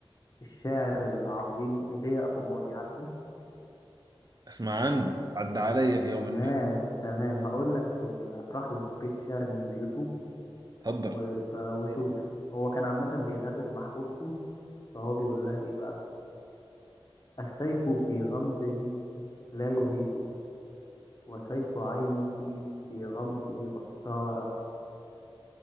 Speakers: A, on the left; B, on the right.
A: الشاعر العظيم ايليا ابو ماضي عارفه
B: اسمع عنه عدى عليا في يوم
A: تمام
B: ما
A: تمام هقول لك آه، هطرح لك بيت شعر من بيوته
B: اتفضل
A: وب- وشوف هو كان عامة بيغزل محبوبته فهو بيقول لها ايه بقى السيف في غمده لا يهيبه وسيف عينك في غمده بطارة